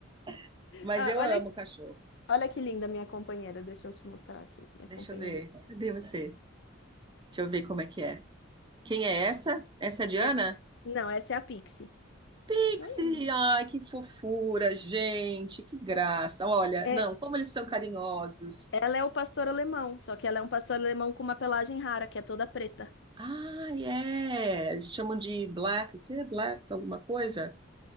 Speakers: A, on the right; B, on the left.
A: <laughs> Mas
B: Ah,
A: eu
B: olha,
A: amo cachorro.
B: Olha que linda minha companheira. Deixa eu te mostrar aqui, minha
A: Deixa
B: companheirinha.
A: eu ver. Cadê você? Deixa eu ver como é que é. Quem é essa? Essa é a Diana?
B: essa. Não, essa é a Pixie.
A: Pixie!
B: Olha.
A: Ai, que fofura, gente, que graça. Olha,
B: É,
A: não, como eles são carinhosos.
B: ela é o pastor alemão, só que ela é um pastor alemão com uma pelagem rara, que é toda preta.
A: Ah, é. Eles chamam de black. O que é black? Alguma coisa?